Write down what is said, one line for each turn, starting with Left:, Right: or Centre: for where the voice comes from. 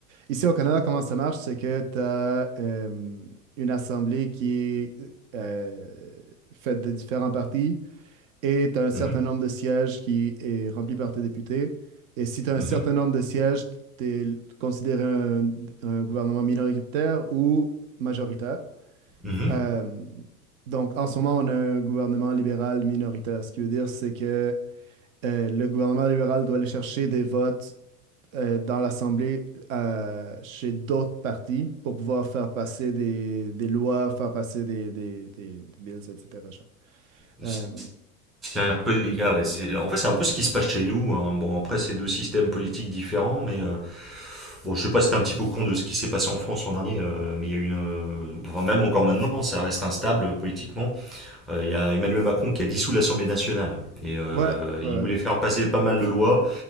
Right: Ici au Canada, comment ça marche? C'est que tu as une assemblée qui est euh, faite de différents partis et tu as un certain
Centre: mhm,
Right: nombre de sièges qui est rempli par tes députés. Et si tu as un
Centre: mhm,
Right: certain nombre de sièges, tu es considéré un, un gouvernement minoritaire ou majoritaire.
Centre: mhm,
Right: Euh, donc en ce moment, on a un gouvernement libéral minoritaire. Ce qui veut dire, c'est que euh, le gouvernement libéral doit aller chercher des votes euh, dans l'Assemblée euh, chez d'autres partis pour pouvoir faire passer des, des lois, faire passer des, des, des, des bills, etc. genre.
Centre: mhm.
Right: Euh,
Centre: C'est un peu illégal. et c'est- En fait, c'est un peu ce qui se passe chez nous. hein. Bon, après, c'est deux systèmes politiques différents, mais euh, bon, je sais pas si t'es un petit peu con de ce qui s'est passé en France l'an dernier, euh, mais il y a eu une. euh, Enfin, même encore maintenant, ça reste instable euh, politiquement. Euh, Il y a Emmanuel Macron qui a dissous l'Assemblée nationale. Et euh,
Right: ouais,
Centre: il
Right: ouais, ouais.
Centre: voulait faire passer pas mal de lois.